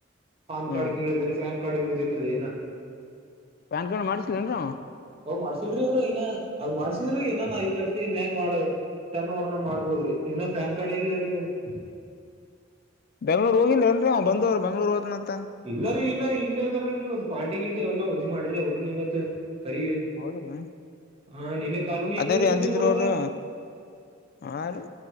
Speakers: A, on the right (about 30°); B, on the left (about 50°).
A: ಫಾನ್ ಕಾರ್ಡ್ಗೆ
B: ಹಾ ರೀ
A: ಕೇಳಿದ್ರರಿ ಫ್ಯಾನ್ ಕಾರ್ಡ್ ಇವರದ್ ಇಲ್ರಿ ಇನ್ನಾ
B: ಪ್ಯಾನ್ ಕಾರ್ಡ್ ಮಾಡ್ತಿಲೇನ್ರಿ ಅವಾ
A: ಹ್, ಮಾಡ್ಸಿಲ್ರಿ ಅವ್ರ ಇನ್ನಾ ಅವ್ರು ಮಾಡ್ಸಿಲ್ ಇನ್ ಐದ ಲಕ್ಷ ಮ್ಯಾಗ್ ಮಾಡಬೇಕ ಟರ್ನವರ ಮಾಡ್ಬೋದ್ರಿ ಇನ್ನಾ ಪ್ಯಾನ್ ಕಾರ್ಡ್ ಇಲ್ಲಾ ರೀ ಇನರದು.
B: ಬೆಂಗಳೂರು ಹೋಗಿಲ್ಲೇನ್ರಿ ಬಂದೋರ ಬೆಂಗಳೂರ ಹೋತ್ನಂದ.
A: ಇಲ್ಲಾರಿ ಇಲ್ಲ ಇಲ್ಲೇದಾರಲ್ರಿ ಇವತ್ ಪಾರ್ಟಿ ಗಿಟಿ ಎಲ್ಲಾ ವಜ್ಜ ಮಾಡರ ರಿಅವ್ರನ್ ಇವತ್. ಕರಿ,
B: ಹೌದ್ರಿ
A: ಹಾ ನಿನ್ನ ಕಾರ ಹುಣ್ಣಿಮೆ ಹೆಂಗೈತ್ರಿ
B: ಅದೇ ರೀ ಅಂದಿದ್ರು
A: ನಿಮ್ಮ ಊರಗ.
B: ಅವ್ರು ಹಾ, ರಿ